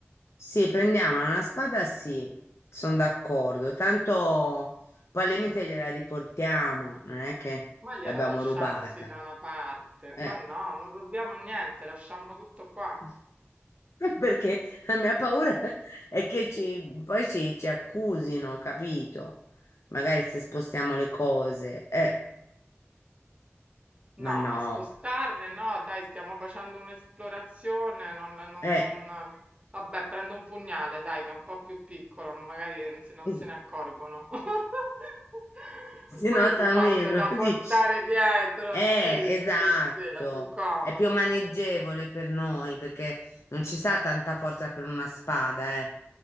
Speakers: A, on the left; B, on the right.
A: Sì, prendiamola, una spada sì, sono d'accordo, tanto probabilmente gliela riportiamo, non è che
B: Ma gliela
A: l'abbiamo
B: lasciamo
A: rubata.
B: sì da una parte.
A: Eh,
B: Ma no, non rubiamo niente, lasciamo tutto qua.
A: <laughs> Perché la mia paura è che ci, poi ci, ci accusino, capito? Magari se spostiamo le cose, eh,
B: No,
A: ma no,
B: ma spostarle? No, dai, stiamo facendo un'esplorazione. Non, non,
A: eh,
B: non... Vabbè, prendo un pugnale, dai, che è un po' più piccolo, magari non se, non
A: <laughs>
B: se ne accorgono. <laughs>
A: si
B: Poi
A: nota
B: è più facile
A: meno,
B: da
A: <laughs> dici?
B: portare dietro.
A: Eh,
B: Sì,
A: esatto,
B: sì, sì, è più comodo.
A: è più maneggevole per noi perché non ci sa tanta forza per una spada, eh.